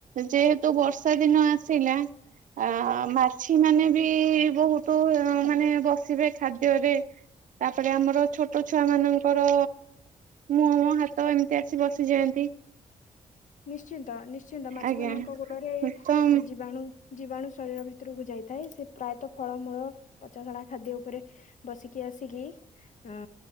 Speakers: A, on the right; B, on the left.
A: ଯେହେତୁ ବର୍ଷା ଦିନ ଆସିଲା? ଆ ମାଛି ମାନେ ବି ବହୁତ ମାନେ ବସିବେ ଖାଦ୍ୟରେ ତାପରେ ଆମର ଛୋଟ ଛୁଆ ମାନଙ୍କର ମୁହଁ ହାତ ଏମିତି ଆସ ବସିଯାଆନ୍ତି।
B: ନିଶ୍ଚିନ୍ତ ନିଶ୍ଚିନ୍ତ ମାଛି
A: ଆଜ୍ଞା
B: ମାନଙ୍କ ଗୋଡରେ
A: ତ
B: ଜୀବାଣୁ ଜୀବାଣୁ ଶରୀର ଭିତରକୁ ଯାଇଥାଏ ସେ ପ୍ରାୟତଃ ଫଳମୂଳ ପଚାଶଣା ଖାଦ୍ୟ ଉପରେ ବସିକି ଆସିକି ଅ